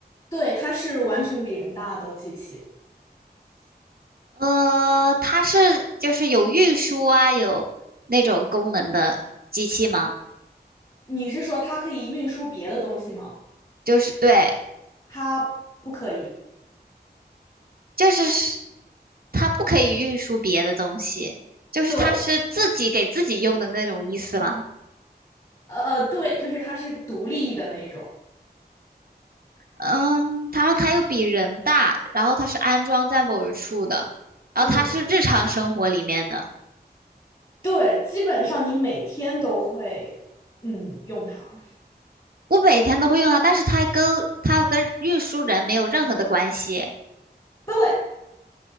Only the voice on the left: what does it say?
对，它是完全比人大的机器。
你是说它可以运输别的东西吗？
它不可以。
对，呃呃，对，就是它是独立的那一种。
嗯，对，基本上你每天都会，嗯，用它。
对，